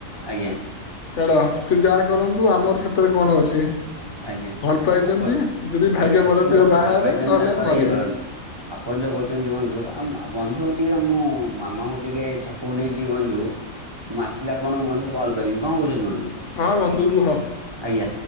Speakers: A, on the right; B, on the left.
A: ଆଜ୍ଞା।
B: ଛାଡ଼ ସେ ଯାହା କରନ୍ତୁ ଆମର ସେଥିରେ କଣ ଅଛି।
A: ଆଜ୍ଞା
B: ଭଲ ପାଇଛନ୍ତି
A: ଆପଣ
B: ଯଦି ଭାଗ୍ୟ
A: ଆଜ୍ଞା
B: ଭଲ
A: ସେ ଯୋଉ
B: ଥିବ ବାହା
A: ଭଲ
B: ହେବେ
A: ପାଇଛନ୍ତି
B: ନହେଲେ
A: ତାଙ୍କରେ
B: ମରିବେ
A: ଇଏ କରନ୍ତୁ। ଆପଣ ଯୋଉ କହୁଚ ବନ୍ଧୁ ବନ୍ଧୁ ଆ ବନ୍ଧୁ ଟିକେ ମୋ ମାମାଙ୍କୁ ଟିକେ ଛକ ନେଇଯିବ ବନ୍ଧୁ। ମୁଁ ଆସିଲେ ଆପଣଙ୍କୁ ବନ୍ଧୁ କଲ କରିବି କଣ କହୁଛନ୍ତି ବନ୍ଧୁ।
B: ହଁ ବନ୍ଧୁ ରୁହ।
A: ଆଜ୍ଞା।